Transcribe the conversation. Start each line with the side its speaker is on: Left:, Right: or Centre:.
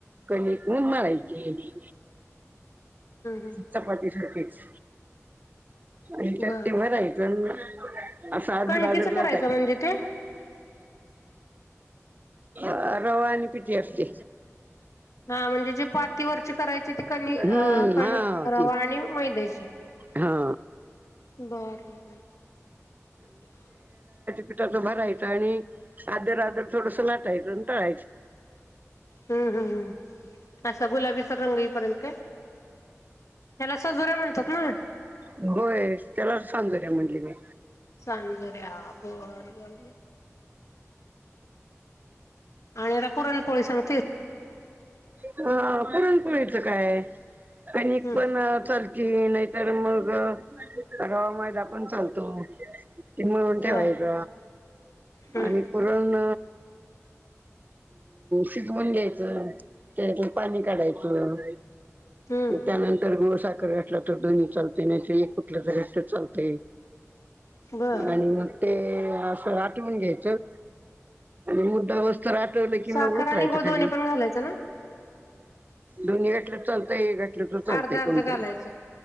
Right: कणीक तेन मळायची. असं
Left: हम्म
Right: चपाती सारखेच. ह्याच्यात
Left: बर
Right: ते भरायचं आणि असं आदर
Left: कणकीच
Right: आदर लाटायचं.
Left: करायचं म्हणजे ते <unintelligible>
Right: अ रवा आणि पिठी असते.
Left: हा म्हणजे जे पातीवरची करायची ती कणी अ
Right: हम्म
Left: कणी
Right: हा
Left: रवा
Right: ती
Left: आणि मैद्याची
Right: हा.
Left: बर बर बर
Right: पिठात भरायचं आणि आदर आदर थोडस लाटायचं आणि तळायचं.
Left: हम्म हम् हम् असा गुलाबीचा रंग येई पर्यंत काय? त्याला सजोऱ्या म्हणतात ना
Right: व्हय त्याला सांग. वगैरे म्हटली का?
Left: सांजोऱ्या बरोबर. आणि आता पुरण पोळी सन.
Right: ह पुरणपुळीच काय आहे. कणिक
Left: हम्म
Right: पण चालती नाहीतर मग रवा मैदा पण चालतो क मिळून ठेवाय
Left: बर
Right: ग.
Left: हम्म
Right: आणि पुरण शिकवून घ्यायचं त्यात पाणी काढायचं.
Left: हम्म
Right: त्यानंतर गोळसाखर असला. तर दोन्ही चाल. दोन्हीपैकी एक कुठलं तरी चालतंय
Left: बर
Right: आणि मग ते असं आठवून घ्यायचं मुरदर होस्तवर आठवलं की
Left: साखर
Right: मग
Left: आणि
Right: य
Left: गुळ
Right: खालीम
Left: दोन्ही पण घालायचं ना
Right: दोन्ही गटलं चालतंयट. तर करते
Left: अर्ध अर्ध
Right: कोणतही
Left: घालायचं